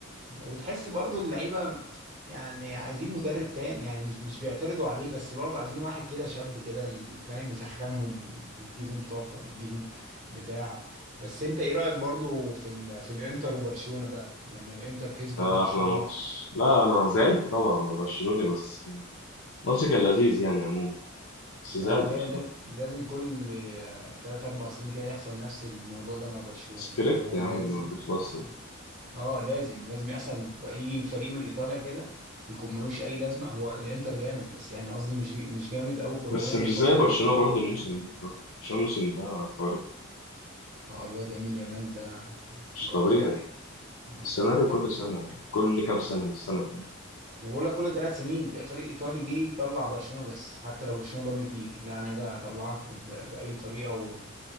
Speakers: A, on the right; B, on the left.
A: وتحس برضو اللعيبه يعني عايزين مدرب تاني يعني مش مش بيعترضوا عليه بس برضو عايزين واحد كده شاب كده ي- فاهم يسخنهم ي- يديهم طاقه يديهم بتاع بس انت ايه رايك برضو في ال... في الانتر وبرشلونه بقى لما الانتر كسبت
B: ده
A: برشلونه
B: احلى ماتش لا انا زعلت طبعا انا برشلوني بس الماتش كان لذيذ
A: في
B: يعني عموما بس زعلت
A: اه هي
B: بصراحه
A: لا- لازم كل آه، تلات أربع سنين كده يحصل نفس الموضوع ده مع برشلونة
B: سكريبت
A: اللي هو
B: يا
A: لازم
B: عم ما بيخلصش
A: اه آه، لازم لازم يحصل يجي فريق من إيطاليا كده يكون ملوش أي لازمة هو الإنتر جامد بس يعني قصدي مش مش جامد أوي كرويا
B: بس مش
A: الفترة
B: زي برشلونة
A: دي
B: برضه الموسم ده برشلونة الموسم ده خارق
A: اه الواد يمين يامال ده
B: مش
A: جبار
B: طبيعي
A: جبار
B: السيناريو
A: بجد
B: كل سنة كل كام سنة من السنة يعني
A: انا بقول لك كل ثلاث سنين تلاقي فريق ايطالي جه يطلع برشلونه بس حتى لو برشلونه ده بيطير لا انا هاجي اطلعك ب- باي طريقه و...